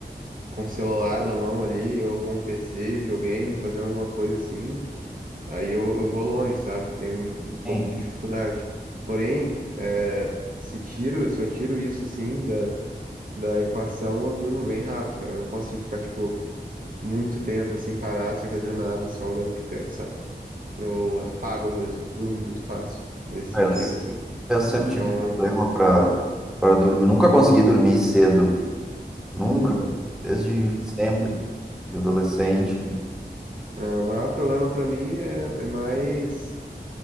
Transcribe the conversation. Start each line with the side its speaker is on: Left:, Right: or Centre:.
Right: com o celular na mão ali, ou com o PC, videogame, fazendo alguma coisa assim, aí eu, eu vou longe, sabe? Tenho um, um pouco
Centre: Sim,
Right: de dificuldade. Porém, é... se tiro, se eu tiro isso, assim, da, da equação, eu durmo bem rápido, cara. Eu não consigo ficar, tipo muito tempo assim parado, sem fazer nada, só olhando pro teto, sabe? Eu apago mesmo, durmo muito fácil nesse sentido
Centre: eu,
Right: assim.
Centre: eu sempre
Right: Então,
Centre: tive problema pra para dormir, nunca consegui dormir cedo, nunca,
Right: ah,
Centre: desde sempre, de adolescente.
Right: é, o maior problema pra mim é, é mais